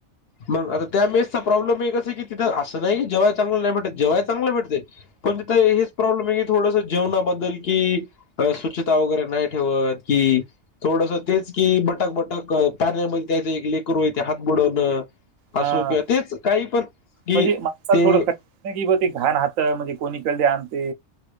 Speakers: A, on the left; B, on the right.
A: मग आता त्या मेसचा प्रॉब्लेम एकच आहे की तिथं असं नाही की जेवाय चांगलं नाही भेटत जे्वाय चांगलं भेटतय. पण तीथ हेच, तूम्ही मी थोडस जेवणाबद्दल कि स्वच्छता वगैरे नाही ठेवत की, थोडस तेचकी बटक बटक पाण्यामध्ये त्यायचं एक लेकरू हे ते हात बुडवनं.
B: हा.
A: असो किंवा तेच काही पण कि
B: म्हणजे माणसाला
A: ते-
B: <unintelligible> ते घाण हातं म्हणजे कोणी कढले आणते.